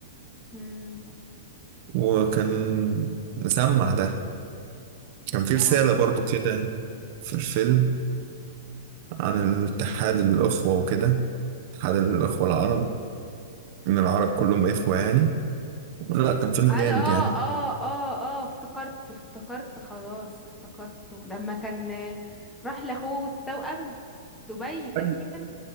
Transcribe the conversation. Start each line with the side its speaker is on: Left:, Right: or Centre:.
Centre: مم.
Right: وكان مسمع ده كان في رسالة
Centre: اه
Right: برضه كده في الفيلم عن الاتحاد الأخوة وكده اتحاد الأخوة العرب إن العرب كلهم إخوة يعني لا كان فيلم
Centre: أنا-
Right: جامد
Centre: اه
Right: يعني
Centre: اه اه اه افتكرت افتكرت خلاص افتكرته لما كان آه، راح لاخوه التوأم دبي تقريبا
Right: أيوة.